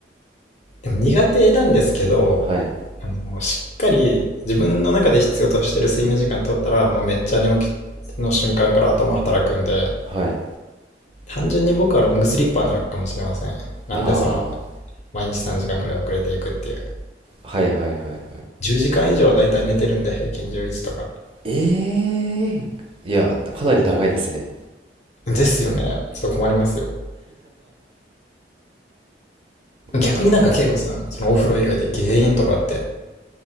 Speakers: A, on the left; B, on the right.
A: でも苦手なんですけど、
B: はい、
A: あの、しっかり自分の中で必要としてる睡眠時間取ったら、もうめっちゃ寝起きの瞬間から頭働くんで、
B: はい。
A: 単純に僕はロングスリッパーなのかもしれません。なんでその、
B: あ
A: 毎日3時間ぐらい遅れていくっていう。
B: あ、はいはいはいはい。
A: 10時間以上はだいたい寝てるんで、平均11とか。
B: ええーいや、かなり長いですね。
A: ですよね。ちょっと困りますよ。逆になんか、
B: か、
A: 慶吾さん、そのお風呂以外で原因とかって、